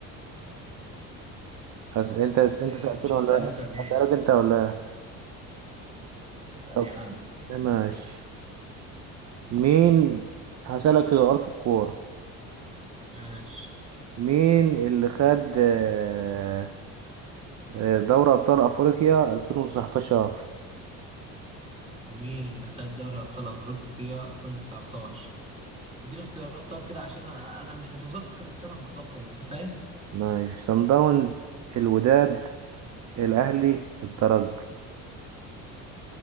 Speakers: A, on the right (about 50°); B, on the right (about 20°).
A: هس... انت انت
B: ايه
A: سألتني
B: مش
A: ولا
B: هتسألني
A: لأ؟
B: انت ولا ايه؟
A: هسألك انت ولا لأ؟
B: اسأل
A: طب
B: يا عم
A: ماشي مين هسألك سؤال في الكورة
B: ماشي
A: مين اللي خد آه، آه، دوري أبطال أفريقيا 2019
B: مين اللي خد دوري ابطال افريقيا 2019 اديني اختيارات طب كده عشان انا أنا مش متذكر السنة بالظبط انت فاهم؟
A: ماشي صن داونز الوداد
B: اه
A: الأهلي الترجي